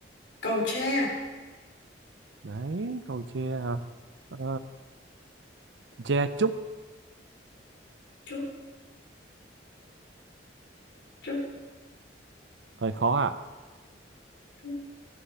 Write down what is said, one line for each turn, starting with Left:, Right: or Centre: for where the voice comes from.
Left: cầu tre
Right: đấy cầu tre à? Ờ, tre trúc
Left: trúc trúc
Right: hơi khó ạ
Left: trúc.